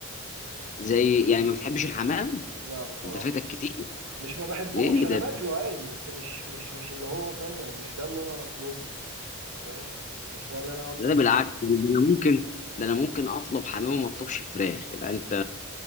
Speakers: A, on the left; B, on the right.
A: زي يعني ما بتحبش الحمام
B: لا بصراحه
A: انت فاتك كتير
B: مش ما بحبوش
A: ليه
B: انا
A: ده
B: باكله عادي بس مش مش مش اللي هو فاهم يعني مش ده اللي انا اطلبه انت فاهم مش ده اللي انا اقعد
A: ده
B: في
A: انا بالعكس ده انا ممكن ده انا ممكن اطلب حمام وما اطلبش فراخ يبقى انت